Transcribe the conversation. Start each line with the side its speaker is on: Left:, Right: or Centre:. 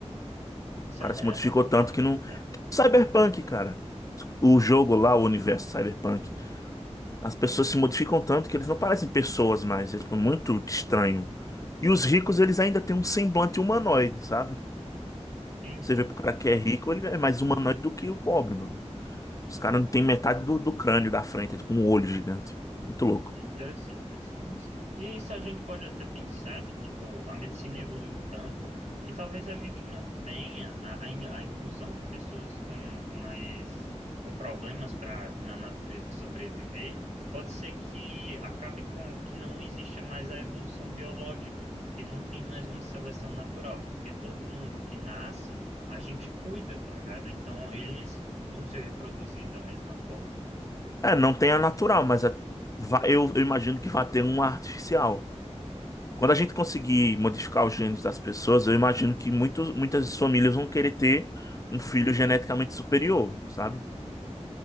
Right: Isso
Left: O cara
Right: é
Left: se modificou
Right: loucura
Left: tanto
Right: de acreditar.
Left: que não. Cyberpunk, cara. O jogo lá, o universo Cyberpunk. As pessoas se modificam tanto que eles não parecem pessoas mais. É tipo, muito estranho. E os ricos, eles ainda têm um semblante humanoide, sabe?
Right: Sim,
Left: Você
Right: sim.
Left: vê pro cara que é rico, ele é mais humanoide do que o pobre, mano. Os caras não têm
Right: Uhum.
Left: metade do, do crânio da frente, é tipo um olho gigante. Muito louco.
Right: É interessante pensar nisso. E isso a gente pode até pensar de, tipo, a medicina evoluiu tanto que talvez a gente não tenha a, a, in- a inclusão de pessoas com, com mais com problemas para na natureza sobreviver. Pode ser que acabe com que não exista mais a evolução biológica, porque não tem mais uma seleção natural, porque todo mundo que nasce, a gente cuida, tá ligado? Então eles vão se reproduzir da mesma forma, né?
Left: É, não tem a natural, mas a- vai- eu, eu imagino que vai ter uma artificial. Quando a gente conseguir modificar os genes das pessoas, eu imagino que muitos, muitas famílias vão querer ter um filho geneticamente superior, sabe?